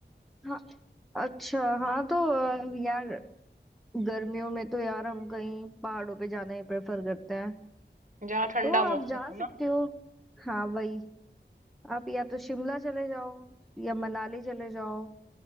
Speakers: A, in the centre; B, on the right (about 45°).
A: हाँ अच्छा हाँ तो अ, यार गर्मियों में तो यार हम कहीं पहाड़ों पे जाना ही प्रेफर करते हैं
B: जहाँ ठंडा
A: तो
B: मौसम
A: आप जा
B: हो
A: सकते
B: ना
A: हो हाँ वही आप या तो शिमला चले जाओ या मनाली चले जाओ